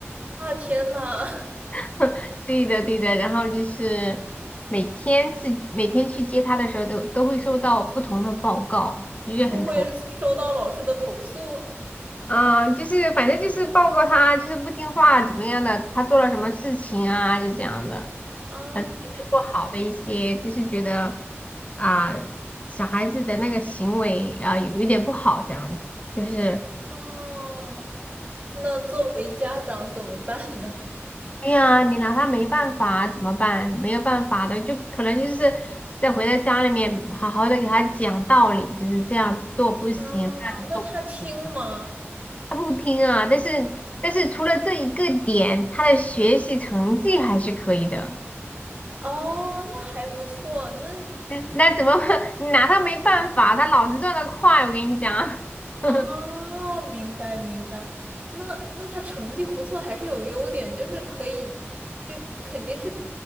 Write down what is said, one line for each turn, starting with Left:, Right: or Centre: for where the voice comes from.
Right: 啊，天呐，<laughs>
Left: <laughs> 对的对的，然后就是每天是每天去接他的时候都都会收到不同的报告，就是很头。
Right: 都会收到老师的投诉
Left: 啊，就是反正就是报告他就是不听话怎么样的，他做了什么事情啊，就这样的，
Right: 啊
Left: 反正就是不好的一些，就是觉得啊，小孩子的那个行为啊有一点不好这样子，就是
Right: 哦，那作为家长怎么办呢？
Left: 对呀，你拿他没办法怎么办？没有办法的，就可能就是再回到家里面好好的给他讲道理，就是这样子做不行，
Right: 啊，
Left: 那样子做不行。
Right: 那他听吗？
Left: 他不听啊，但是但是除了这一个点，他的学习成绩还是可以的。
Right: 哦，那还不错，那
Left: 那那怎么 <laughs> 你拿他没办法？他脑子转得快，我跟你讲。
Right: 哦，
Left: <laughs>
Right: 明白明白。那那他成绩不错，还是有优点，就是可以，就肯定是，